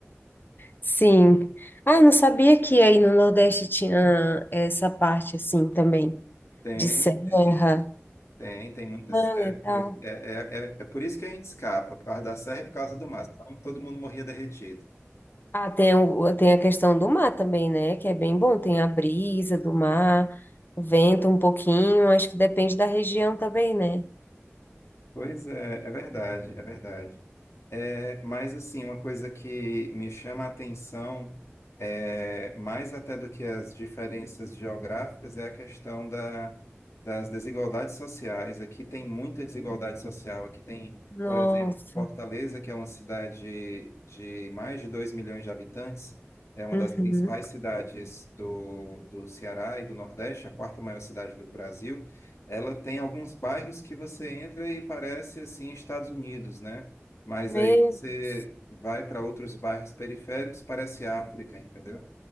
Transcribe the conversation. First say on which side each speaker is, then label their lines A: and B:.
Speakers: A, on the left; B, on the left.
A: sim. Ah, eu não sabia que aí no Nordeste tinha essa parte, assim, também,
B: Tem,
A: de serra.
B: tem, tem, tem muita
A: Ah,
B: serra
A: legal.
B: por aqui. É, é, é, é por isso que a gente escapa, por causa da serra e por causa do mar. Senão todo mundo morria derretido.
A: Ah, tem, o- tem a questão do mar também, né? Que é bem bom. Tem a brisa do mar, vento um pouquinho. Acho que depende da região também, né?
B: Pois é, é verdade, é verdade. É, mas assim, uma coisa que me chama a atenção, é, mais até do que as diferenças geográficas, é a questão da, das desigualdades sociais. Aqui tem muita desigualdade social. Aqui tem,
A: Nossa.
B: por exemplo, Fortaleza, que é uma cidade de mais de 2 milhões de habitantes, é uma
A: Uhum.
B: das principais cidades do, do Ceará e do Nordeste, a quarta maior cidade do Brasil. Ela tem alguns bairros que você entra e parece assim Estados Unidos, né? Mas
A: Meu
B: aí você
A: Deus.
B: vai para outros bairros periféricos, parece África, entendeu?